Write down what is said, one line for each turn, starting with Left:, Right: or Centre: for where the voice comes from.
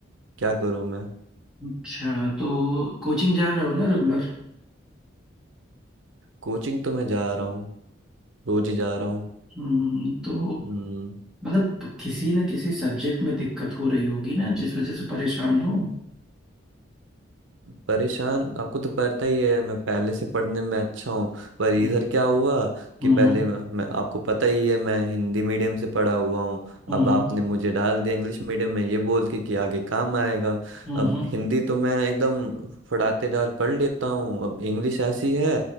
Right: क्या करूं मैं
Centre: अच्छा तो कोचिंग जा रहे हो ना रेगुलर
Right: कोचिंग तो मैं जा रहा हूँ रोज ही जा रहा हूँ
Centre: हम्म, तो
Right: हम्म,
Centre: मतलब किसी न किसी सब्जेक्ट में दिक्कत हो रही होगी ना जिस वजह से परेशान हो
Right: परेशान आपको तो पता ही है मैं पहले से पढ़ने में अच्छा हूँ पर इधर
Centre: हम्म
Right: क्या हुआ
Centre: हम्म
Right: कि पहले मैं, मैं आपको पता ही है मैं हिंदी मीडियम से पढ़ा हुआ हूँ
Centre: हम्म
Right: अब आपने मुझे डाल दिया इंग्लिश मीडियम में ये बोल के कि आगे काम आएगा
Centre: हम्म
Right: अब
Centre: हम्म
Right: हिंदी तो मैं एकदम फड़ातेदार पढ़ लेता हूँ अब इंग्लिश ऐसी है